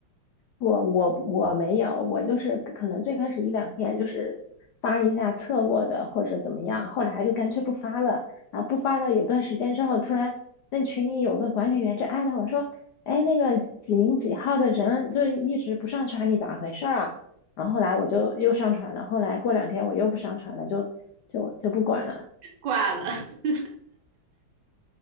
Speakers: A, on the left (about 80°); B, on the right (about 70°).
A: 我我我没有，我就是可能最开始一两天就是发一下测过的或者怎么样，后来就干脆不发了。然后不发了有段时间之后，突然那群里有个管理员就艾特我说：“哎，那个几零几号的人就一直不上传，你咋回事儿啊？”然后后来我就又上传了，后来过两天我又不上传了，就就就不管了。
B: 挂了。<laughs>